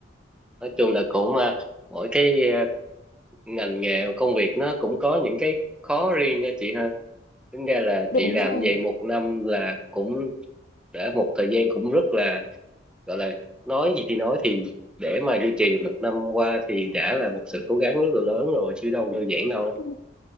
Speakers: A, in the centre; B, on the left.
A: nói chung là cũng à, mỗi cái à, ngành nghề công việc nó cũng có những cái khó riêng ha chị ha tính ra là
B: đúng
A: chị làm
B: rồi
A: vậy một năm là cũng đã một thời gian cũng rất là gọi là nói gì thì nói thì để mà duy trì được một năm qua thì đã là một sự cố gắng rất là lớn rồi chứ đâu đơn giản đâu
B: Ừ.